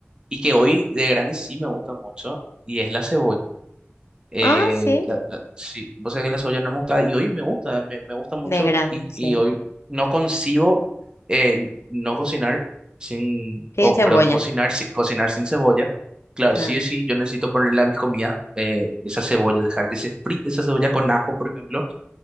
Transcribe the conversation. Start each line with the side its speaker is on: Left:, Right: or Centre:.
Right: Y que hoy de grande sí me gusta mucho, y es la cebolla. Eh,
Left: Ah, sí.
Right: la, la- sí, vos sabés que la cebolla no me gusta, y hoy me gusta, me, me gusta mucho,
Left: De grande,
Right: y,
Left: sí.
Right: y hoy no concibo eh, no cocinar sin,
Left: Sin
Right: o
Left: cebolla.
Right: perdón, cocinar, sin- cocinar sin cebolla. Claro,
Left: Ah,
Right: sí o sí, yo necesito ponerle a mis comidas eh, esa cebolla, dejar que se frite esa cebolla con ajo, por ejemplo,